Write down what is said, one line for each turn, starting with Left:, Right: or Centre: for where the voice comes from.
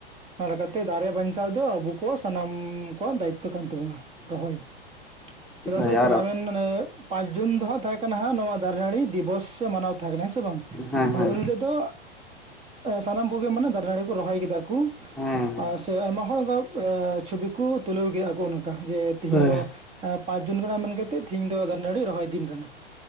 Right: ᱚᱱᱟ ᱞᱮᱠᱟᱛᱮ ᱫᱟᱨᱮ ᱵᱟᱧᱪᱟᱣ ᱫᱚ ᱟᱵᱚ ᱠᱚᱣᱟᱜ ᱥᱟᱱᱟᱢ ᱠᱚᱣᱟᱜ ᱫᱟᱭᱤᱛᱛᱚ ᱠᱟᱱ ᱛᱟᱵᱚᱱᱟ ᱨᱚᱦᱚᱭ ᱪᱮᱫᱟᱜ
Centre: ᱦᱳᱭ
Right: ᱥᱮ ᱪᱟᱞᱟᱣᱮᱱ
Centre: ᱟᱨᱚ
Right: ᱯᱟᱸᱪ ᱡᱩᱱ ᱫᱚ ᱦᱟᱸᱜ ᱛᱟᱦᱮᱸ ᱠᱟᱱᱟ ᱦᱟᱸᱜ ᱱᱚᱣᱟ ᱫᱟᱨ ᱱᱟᱹᱲᱤ ᱫᱤᱵᱚᱥ ᱢᱟᱱᱟᱣ ᱛᱟᱦᱮᱸ ᱠᱟᱱᱟ ᱦᱮᱸ ᱥᱮ ᱵᱟᱝ
Centre: ᱦᱮᱸ
Right: ᱢᱟᱱᱮ
Centre: ᱦᱮᱸ
Right: ᱩᱱ ᱦᱤᱞᱳᱜ ᱫᱚ ᱥᱟᱱᱟᱢ ᱠᱚᱜᱮ ᱢᱟᱱᱮ ᱫᱟᱨᱮ ᱱᱟᱹᱲᱤ ᱠᱚ ᱨᱚᱦᱚᱭ ᱠᱮᱫᱟ ᱠᱚ᱾
Centre: ᱦᱮᱸ
Right: ᱥᱮ ᱟᱭᱢᱟ ᱦᱚᱲ ᱪᱷᱩᱚᱵᱤ ᱠᱚ ᱛᱩᱞᱟᱹᱣ ᱠᱮᱫᱼᱟ ᱠᱚ ᱡᱮ ᱛᱤᱦᱤᱧ
Centre: ᱦᱳᱭ ᱦᱳᱭ
Right: ᱫᱚ ᱯᱟᱸᱪ ᱡᱚᱱ ᱠᱟᱱᱟ ᱢᱮᱱᱠᱟ ᱠᱟᱛᱮᱜ ᱛᱮᱤᱦᱤᱧ ᱫᱚ ᱫᱟᱨᱮ ᱱᱟᱹᱲᱤ ᱨᱚᱦᱚᱭ ᱫᱤᱱ ᱠᱟᱱᱟ᱾